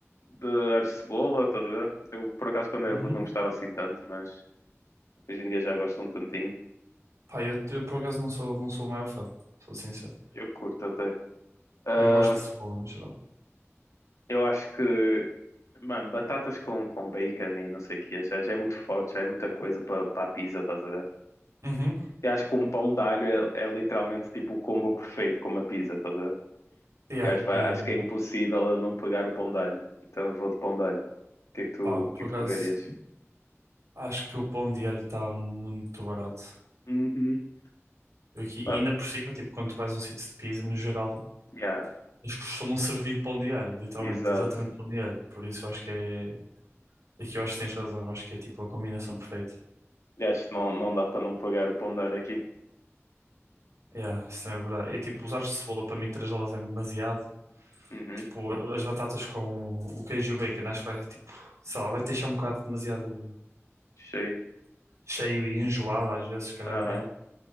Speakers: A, on the left; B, on the right.
A: de ar de cebola, estás a ver? Eu, por acaso, quando
B: Uhum.
A: era puto não gostava assim tanto, mas hoje em dia já gosto um tantinho.
B: Pá, eu, eu por acaso não sou, não sou o maior fã. Sou sincero.
A: Eu curto até. Ah,
B: E eu gosto de cebola no geral.
A: eu acho que, mano, batatas com, com bacon e não sei o que, já, já é muito forte, já é muita coisa para para a pizza, estás a ver?
B: Uhum.
A: Eu acho que um pão de alho é, é literalmente tipo o combo perfeito com uma pizza, estás a ver?
B: Yeah,
A: Eu acho, pá,
B: yeah.
A: acho
B: yeah.
A: que é impossível eu não pegar o pão de alho. Então eu vou de pão de alho. O que é que tu,
B: Pá,
A: o
B: por
A: que é
B: acaso
A: que tu pegarias?
B: acho que o pão de alho está muito barato.
A: Uhum.
B: Eu aqui, e
A: Ah,
B: ainda por cima, tipo, quando tu vais a um sítio de pizza, no geral,
A: yeah,
B: Eles costumam servir pão de alho, literalmente,
A: exato.
B: exatamente pão de alho. Por isso eu acho que é. Aqui eu acho que tens razão, eu acho que é tipo a combinação perfeita.
A: E Acho que não, não dá pra não pegar o pão de alho aqui.
B: Yeah, isso também é verdade. É tipo, usar cebola para mim 3 dólares é demasiado.
A: Uhum,
B: Tipo, as batatas com o, o queijo e o bacon, acho que vai tipo, sei lá, vai te deixar um bocado demasiado
A: cheio.
B: cheio e enjoado às vezes, se calhar,
A: Aham.
B: né?